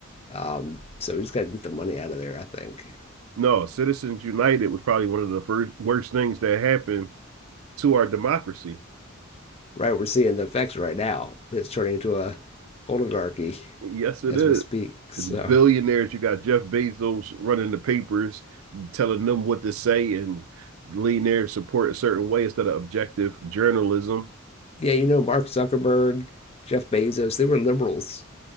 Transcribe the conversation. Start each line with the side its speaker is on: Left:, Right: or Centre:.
Left: Um, so we just got to get the money out of there, I think,
Right: No, Citizens United was probably one of the first worst things that happened to our democracy.
Left: right we're seeing the effects right now it's turning into a oligarchy
Right: Yes, it
Left: as
Right: is.
Left: we speak so
Right: The billionaires, you got Jeff Bezos running the papers, telling them what to say and lean their support a certain way instead of objective journalism.
Left: yeah you know mark zuckerberg jeff bezos they were liberals